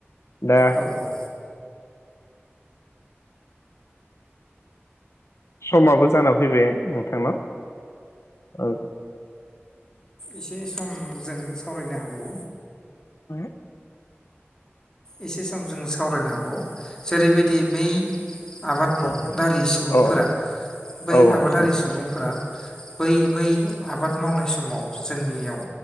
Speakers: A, on the left; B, on the left.
A: दा
B: औ औ
A: समाबो जानानानै फैबाय नोंथांनाव औ
B: एसे सम जों सावरायनो हाबावो
A: हो
B: एसे सम जों सावरायनो हाबावो जेरैबायदि बै आबादारि
A: दे
B: सुबुंफोरा
A: औ
B: बै
A: औ
B: आबादारि
A: नोंथां
B: सुबुंफोरा बै बै आबाद मावनाय समाव जोंनियाव